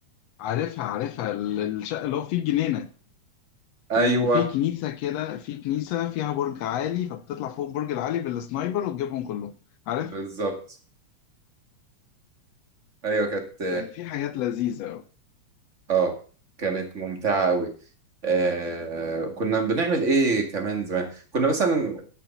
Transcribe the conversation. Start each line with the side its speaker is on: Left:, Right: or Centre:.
Left: عارفها عارفها ال- الشقه اللي هو فيه الجنينه
Right: ايوه
Left: وفي كنيسه كده في كنيسه فيها برج عالي فبتطلع فوق البرج العالي بالسنايبر وتجيبهم كلهم عارف
Right: بالظبط ايوه كانت
Left: كان في حاجات لذيذه
Right: اه كانت ممتعه قوي آه كنا بنعمل ايه كمان زمان كنا مثلا